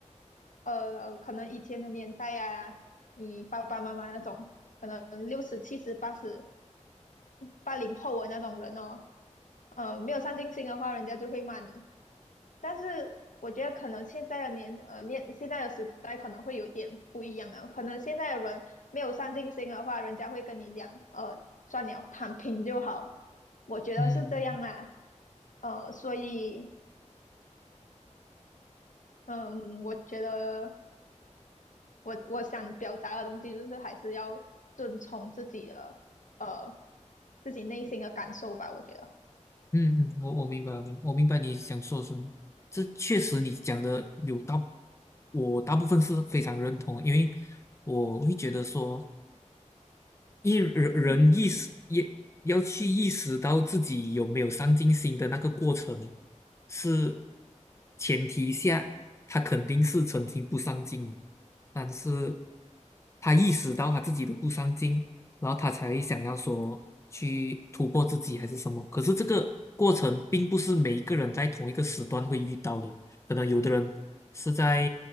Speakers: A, on the left; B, on the left.
A: 呃，可能以前的年代啊，你爸爸妈妈那种，可能六十、七十、八十、八零 <coughs> 后的那种人哦，呃，没有上进心的话，人家就会骂你；但是我觉得可能现在的年呃年现在的时代可能会有点不一样啊，可能现在的人没有上进心的话，人家会跟你讲，呃，算了，躺平就好。我觉得是这样啊，
B: 嗯嗯
A: 呃，所以嗯，我觉得我我想表达的东西就是还是要遵从自己的呃自己内心的感受吧，我觉得，
B: 嗯嗯，我我明白，我明我明白你想说什么。这确实你讲的有大，我大部分是非常认同，因为我会觉得说。一人人意识也要去意识到自己有没有上进心的那个过程，
A: 嗯，
B: 是前提下，他肯定是曾经不上进的。但是他意识到他自己的不上进，然后他才想要说去突破自己还是什么。可是这个过程并不是每一个人在同一个时段会遇到的，可能有的人是在